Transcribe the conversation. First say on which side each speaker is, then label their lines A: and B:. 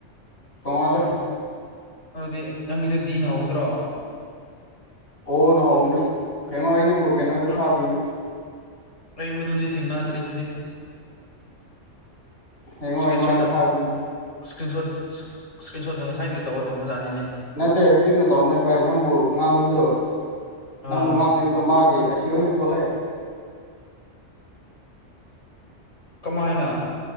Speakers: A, on the left; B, on the left.
A: ꯇꯣꯉꯗꯦ
B: ꯑꯣ ꯑꯗꯨꯗꯤ ꯅꯪꯒꯤꯗꯤ ꯗꯤ ꯅ ꯍꯧꯗ꯭ꯔꯣ
A: ꯑꯣ ꯅꯍꯣꯡꯅꯦ ꯐꯦꯡꯉꯣ ꯑꯩ ꯅꯪꯕꯨ
B: ꯎꯝ
A: ꯀꯩꯅꯣꯗ
B: ꯎꯝ
A: ꯊꯥꯕꯤꯅꯦ
B: ꯑꯩ ꯃꯗꯨꯗꯤ ꯊꯦꯡꯅꯗ꯭ꯔꯤ ꯑꯗꯨꯗꯤ
A: ꯌꯦꯡꯉꯣ
B: ꯏꯁꯀ꯭ꯔꯤꯟ
A: ꯌꯦꯡꯉꯣ
B: ꯁꯣꯠꯀ
A: ꯑꯩꯅ ꯊꯥꯕꯅꯦ
B: ꯏꯁꯀ꯭ꯔꯤꯟ ꯁꯣꯠ ꯏꯁꯀ꯭ꯔꯤꯟ ꯁꯣꯠꯀ ꯉꯁꯥꯏꯗꯒꯤ ꯇꯧꯔꯒ ꯊꯝꯕꯖꯥꯠꯅꯤꯅꯦ
A: ꯅꯠꯇꯦ ꯍꯧꯖꯤꯛꯅ ꯇꯧꯅꯦ ꯚꯥꯏ ꯅꯪꯕꯨ ꯉꯥꯡꯕꯗꯣ
B: ꯑꯥ
A: ꯅꯪꯕꯨ ꯉꯥꯡꯂꯤꯗꯣ ꯃꯥꯒꯤ ꯁꯤ ꯑꯣꯏꯅ ꯊꯣꯛꯂꯛꯑꯦ
B: ꯀꯃꯥꯏꯅ